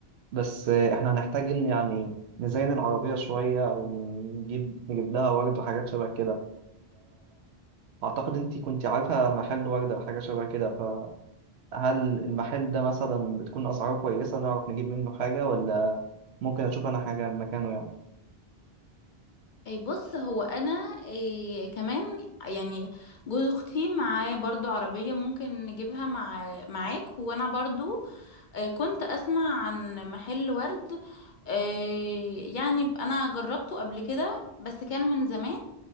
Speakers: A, on the right; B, on the left.
A: بس إحنا هنحتاج إن يعني نزين العربية شوية ونجيب نجيب لها ورد وحاجات شبه كده أعتقد أنتي كنتي عارفة محل وردة وحاجة شبه كده فهل المحل ده مثلا بتكون أسعاره كويسة نعرف نجيب منه حاجة ولا ممكن أشوف أنا حاجة مكانه يعني
B: إيه بص هو انا إيه كمان يعني جوز اختي معاه برضو عربية ممكن نجيبها مع معاك وانا برضو آه، كنت أسمع عن محل ورد آه، يعني أنا جربته قبل كده بس كان من زمان